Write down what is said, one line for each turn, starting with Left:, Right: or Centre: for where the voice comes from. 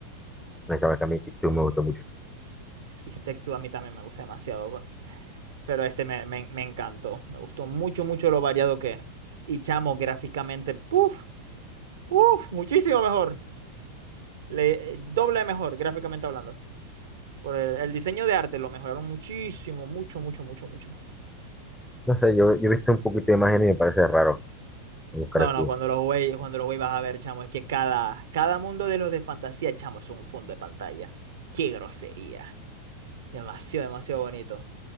Centre: Me dice, "Chamo, que a mí TikTok me gustó mucho.
Right: Y Takes Two a mí también me gusta demasiado. bu- Pero este me, me, me encantó. Me gustó mucho, mucho lo variado que es. Y chamo, gráficamente, puff puf, muchísimo mejor. Le, eh, doble mejor, gráficamente hablando. Por el, el diseño de arte lo mejoraron muchísimo, mucho, mucho, mucho, mucho.
Centre: No sé, yo, yo he visto un poquito de imagen y me parece raro buscar
Right: No,
Centre: aquí.
Right: no, cuando lo jugué, cuando lo jugué vas a ver, chamo, es que cada, cada mundo de los de fantasía, chamo, es un fondo de pantalla. Qué grosería. Demasiado, demasiado bonito.